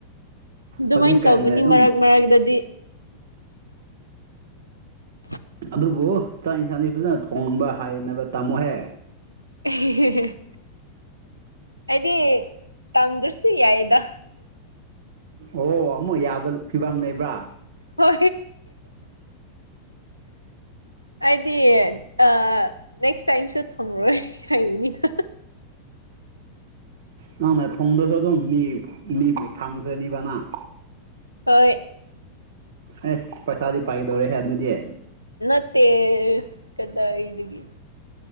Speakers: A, on the right; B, on the right.
A: ꯑꯗꯨꯃꯥꯏꯅ
B: ꯍꯧꯖꯤꯛꯀꯥꯟꯅ
A: ꯇꯧꯕꯅꯤ
B: ꯑꯗꯨꯝ
A: ꯃꯔꯛ ꯃꯔꯛꯇꯗꯤ <unintelligible>
B: ꯑꯗꯨꯕꯨ ꯆꯥꯛ ꯌꯦꯟꯁꯥꯡꯁꯤ ꯐꯖꯅ ꯊꯣꯡꯕ ꯍꯥꯏꯅꯕ ꯇꯥꯝꯃꯣꯍꯦ
A: <unintelligible> ꯑꯩꯗꯤ ꯇꯝꯗ꯭ꯔꯁꯨ ꯌꯥꯏꯗ
B: ꯑꯣ ꯑꯃꯨꯛ ꯌꯥꯕ ꯐꯤꯕꯝ ꯂꯩꯕ꯭ꯔꯥ
A: ꯍ ꯑꯗꯤ ꯗꯤ ꯑ ꯅꯦꯛꯁ ꯇꯥꯏꯝꯁꯨ ꯊꯪꯔꯣꯏ ꯍꯥꯏꯕꯅꯤꯅ
B: ꯅꯪꯅ ꯊꯣꯡꯗꯁꯨ ꯑꯗꯨꯝ ꯃꯤ ꯃꯤꯕꯨ ꯊꯝꯈꯅꯤꯕ ꯅꯅꯥ
A: ꯍꯣꯏ
B: ꯑꯦꯁ ꯄꯩꯁꯥꯗꯤ ꯄꯥꯏꯒꯗꯧꯔꯦꯍꯦ ꯑꯗꯨꯗꯤ
A: ꯅꯠꯇꯦ ꯀꯗꯥꯏꯗꯒꯤ